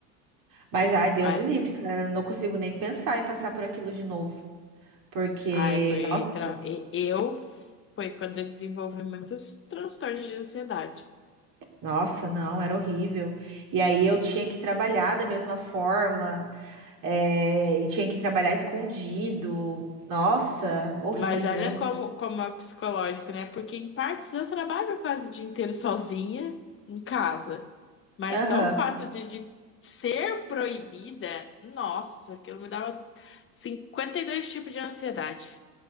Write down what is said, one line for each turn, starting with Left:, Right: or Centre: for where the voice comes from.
Right: Mas, ai, Deus
Left: Mas,
Right: o livre, cara. Eu não consigo nem pensar em passar por aquilo de novo. Porque,
Left: ai, foi.
Right: nossa,
Left: tra- e- Eu. Foi quando eu desenvolvi muitos transtornos de ansiedade.
Right: nossa, não, era horrível. E aí eu tinha que trabalhar da mesma forma. É, e tinha que trabalhar escondido. Nossa, horrível,
Left: Mas olha como, como é psicológico, né? Porque em partes eu trabalho quase o dia inteiro sozinha em casa. Mas
Right: Aham.
Left: só o fato de, de ser proibida, nossa, aquilo me dava 52 tipos de ansiedade.